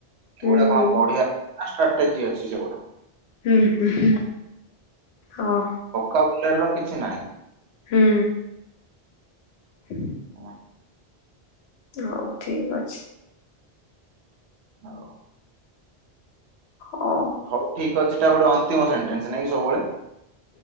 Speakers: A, on the left; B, on the right.
A: ହୁଁ
B: ଏଗୁଡା
A: ହୁଁ
B: କଣ ପଢା ସ୍ଟ୍ରଟେଜି ଅଛି ସେଗୁଡା।
A: ହୁଁ ହୁଁ ହୁଁ ହଁ।
B: କମ୍ପେୟାର ର କିଛି ନାହିଁ।
A: ହୁଁ। <inaudible>
B: ହଁ।
A: ହଉ ଠିକ ଅଛି।
B: ହଉ।
A: ହଉ।
B: ହଉ ଠିକ ଅଛିଟା ଗୋଟେ ଅନ୍ତିମ ସେଣ୍ଟେନ୍ସ ନାଇଁ ସବୁବେଳେ।